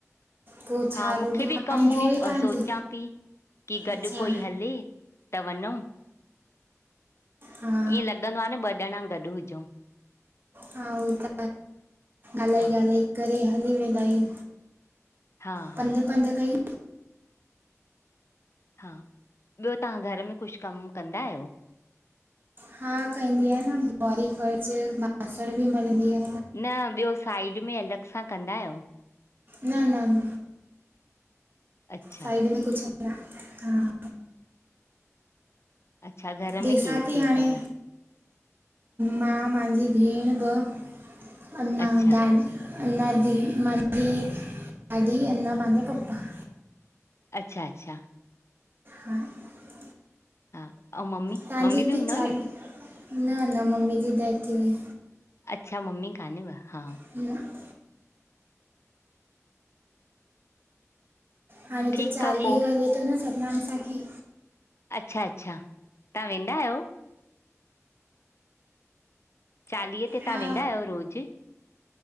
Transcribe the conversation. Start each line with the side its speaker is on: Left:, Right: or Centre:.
Right: पोइ छा
Left: हा मूंखे
Right: रोटी
Left: बि
Right: पाणी
Left: कमु
Right: थी
Left: हो
Right: वई तव्हांजी
Left: अ सोचां पी की गॾु
Right: अच्छा
Left: कोई हले। त वञऊँ?
Right: हा
Left: ईअं लॻंदो आ न ॿ ॼणा गॾु हुजऊं।
Right: हा उहो त अललाएॻाल
Left: हा
Right: <inaudible> <unintelligible> करे हली वेंदा आहियूं।
Left: हा हा
Right: पंध-पंध कई
Left: हा ॿियो तव्हां घर में कुझु कमु कंदा आहियो?
Right: हा कंदी आहियां न ॿुहारी, फ़रछ, <unintelligible> बासण बि मलंदी आ।
Left: न, ॿियो साइड में अलॻि सां कंदा आहियो?
Right: न न न
Left: अच्छा
Right: साइड में कुझु न हा
Left: अच्छा! घर
Right: जंहिंसां
Left: में केरु
Right: थी
Left: केरु
Right: हाणे
Left: तव?
Right: मां, मांजी भेण ॿ, अना
Left: अच्छा
Right: दादी अना दी मुहिंजी, दादी अना मुहिंजा पपा।
Left: अच्छा अच्छा
Right: हा ऐं
Left: हा अऊं मम्मी
Right: तव्हांजे
Left: मम्मी
Right: हिते
Left: बि
Right: चाली
Left: हूंदव न
Right: <unintelligible> न न मम्मी जी डेथ थी वई
Left: अच्छा मम्मी कानेव हा
Right: <inaudible> हाणे
Left: ठीकु
Right: त चार्लयों
Left: आहे पोइ
Right: हले तो न सतनाम साखी
Left: अच्छा अच्छा तव्हां वेंदा आहियो चालीहे ते
Right: हा
Left: तव्हां वेंदा आहियो रोज़ु